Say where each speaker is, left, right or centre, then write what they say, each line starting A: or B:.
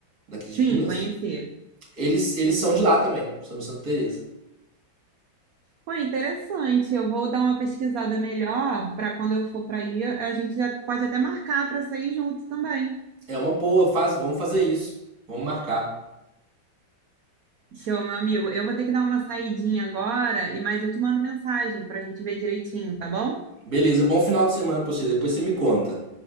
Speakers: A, on the right; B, on the right.
A: daqui
B: Sim,
A: de Minas.
B: conheci.
A: Eles, eles são de lá também, são de Santa Teresa.
B: Foi interessante. Eu vou dar uma pesquisada melhor para quando eu for para aí, a gente já pode até marcar para sair junto também.
A: É uma boa, faz, vamos fazer isso. Vamos marcar.
B: Show, meu amigo. Eu vou ter que dar uma saidinha agora, e mas eu te mando mensagem para a gente ver direitinho, tá bom?
A: Beleza, bom final de semana pra você. Depois você me conta.